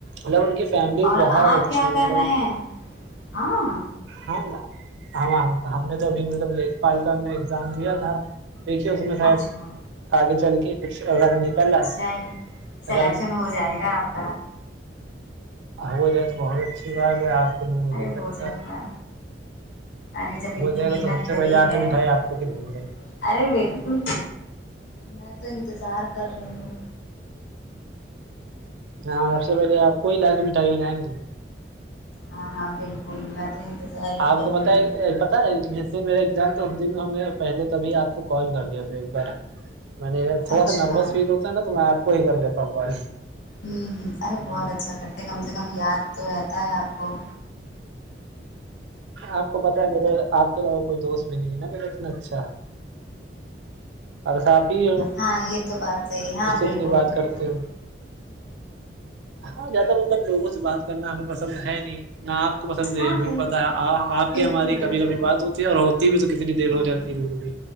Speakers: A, on the right; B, on the left.
A: مطلب ان کی فیملی
B: اور
A: بہت
B: آپ
A: اچھی
B: کیا
A: ہے،
B: کر
A: مطلب
B: رہے ہیں ہاں
A: ہاں ن ہاں ہم نے تو ابھی مطلب لیک پال کا ہم نے ایگزام دیا تھا دیکھیے اس میں شاید
B: اچھا
A: آگے چل کے کچھ اگر نکل رہا
B: چلیے
A: ہے
B: سلیکشن
A: اگر
B: ہو جائے گا آپ کا
A: ہو جائے تو بہت اچھی بات ہے آپ کے م میںے
B: ارے ہو
A: تکتا
B: جائے
A: ہے
B: گا ارے جب اتنی
A: جائے
B: محنت
A: گا تو سب سے
B: کری
A: پہلے آ
B: گ
A: کے مٹھائی آپ کو کھلائیں گے
B: ارے بالکل میں تو انتظار کر رہی ہوں
A: ہاں سب سے پہلے آپ کوئی علا کے مٹھائی ملائیں گے
B: ہاں ہاں بالکل میں تو انتظار ہی
A: آپ
B: کر
A: کو
B: رہی
A: پت
B: ہوں
A: پت ج میرے ایگزام تو اس دن ہم نے پہلے تبھی آپ کو کال کر لیا تھا ایک بار میں نے تھوڑا
B: اچھا
A: سا نروس فیل ہوتا ہے نا تو میں آپ کو ہی کر لیتا ہوں کال
B: ہوں ہوں ارے بہت اچھا کرتے ہیں کم سے کم یاد تو رہتا ہے آپ کو
A: آپ کو پتاہ ہے میرے آپ کے علاوہ کوئی دوست بھی نہیں ہے نا میرا اتنا اچھا ہے بس آپ ہی ہو
B: ہاں یہ تو بات صحیح ہے ہاں
A: جس سے
B: بالکل
A: اتنی بات
B: بالکل
A: کرتے ہو ہاں زیادہ مطب لوگوں سے بات کرنا ہمیں پسند ہے نہیں نہ آپ کو پسند نہیں
B: ہاں
A: ہے ہمیں
B: صحیح
A: پتہ ہے آپ
B: بالکل
A: کی ہماری
B: بالکل
A: کبھی کبھی بات ہوتی ہے اور ہوتی بھی تو کتنی دیر
B: ہوں
A: ہو جاتی ہے بک بھی